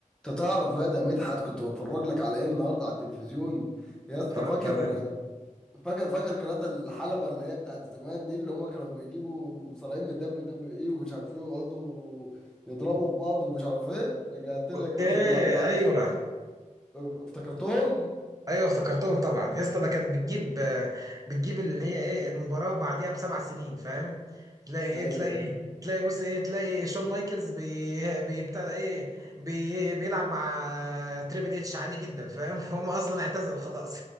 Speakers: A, in the centre; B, on the right.
A: انت تعرف يا ده مدحت كنت بتفرج لك على ايه النهارده على التلفزيون يا اسطى
B: اتفرجت
A: فاكر
B: عليه.
A: فاكر فاكر قناة الحلبة اللي هي بتاعت زمان دي اللي هم كانوا بيجيبوا مصارعين من الدبليو دبليو اي ومش عارف ايه ويقعدوا يضربوا في بعض ومش عارف ايه رجعت لك
B: اوكي
A: يا باشا النهارده
B: ايوه
A: افتكرتهم
B: ايوه افتكرتهم طبعا يا اسطى ده كان بتجيب آه، بتجيب اللي هي ايه المباراه بعديها بسبع سنين فاهم تلاقي ايه
A: ايوه
B: تلاقي
A: ايوه
B: تلاقي بص ايه تلاقي شون مايكلز بي بي- بتاع ده ايه بي بيلعب مع تريبل اتش عادي جدا فاهم <laughs> هم اصلا اعتزلوا خلاص